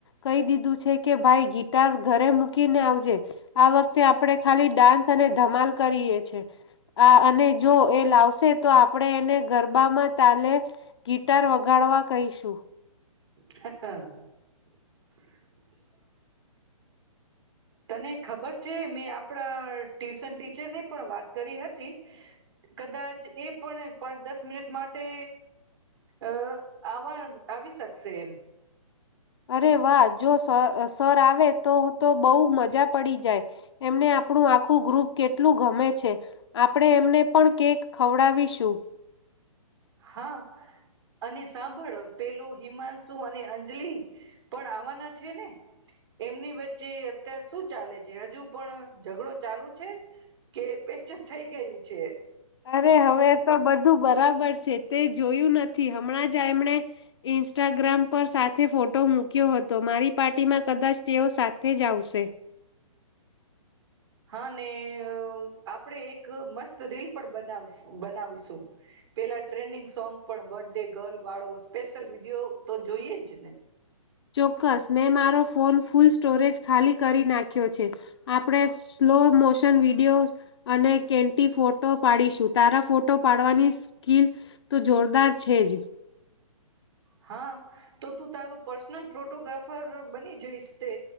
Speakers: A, on the left; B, on the right.
A: કહી દીધું છે કે ભાઈ ગિટાર ઘરે મૂકીને આવજે આ વખતે આપણે ખાલી ડાન્સ અને ધમાલ કરીએ છે. આ અને જો એ લાવશે તો આપડે એને ઘર બામા તાલે ગિટાર વગર ગાળવા કરીશું.
B: <inaudible> તને ખબર છે મેં આપણા ટ્યુશન ટીચરને પણ વાત કરી હતી કદાચ એ પણ પાંચ દસ મિનિટ માટે અ આવવા આવી શકશે એમ.
A: અરે વાહ જો સર સર આવે તો-તો બહુ મજા પડી જાય એમને આપણું આખું ગ્રુપ કેટલું ગમે છે આપણે એમને પણ કેક ખવડાવીશું.
B: હા અને સાંભળ પેલો હિમાંશુ અને અંજલિ પણ આવાના છે ને એમની વચ્ચે અત્યારે શું ચાલે છે હજુ પણ ઝઘડો ચાલુ છે કે પેચપ થઈ ગયું છે.
A: અરે હવે તો બધું ધુ બરાબર છે તે જોયું નથી હમણાં જ એમણે ઇન્સ્ટાગ્રામ પર સાથે ફોટો મૂક્યો હતો મારી પાર્ટીમાં કદાચ તેઓ સાથે જ આવશે.
B: અને આપણેે એક મસ્ત રીલ પણ બ બનાવીશું પેલા ટ્રેન્ડિંગ સોંગ પણ બર્થ ડે ગર્લ વાળો સ્પેશિયલ વિડીયો તો જોઈએ જ ને.
A: ચોક્કસ મેં મારો ફોન ફૂલ સ્ટોરેજ ખાલી કરી નાખ્યો છે આપણે સ્લો મોશન વિડીયો અને કેન્ટી ફોટો પાડીશું તારા ફોટો પાડવાની સ્કીિલ તો જોરદાર છે જ
B: હા તો તું તારું પર્સનલ ફોટોગ્રાફર બની જઈશ તે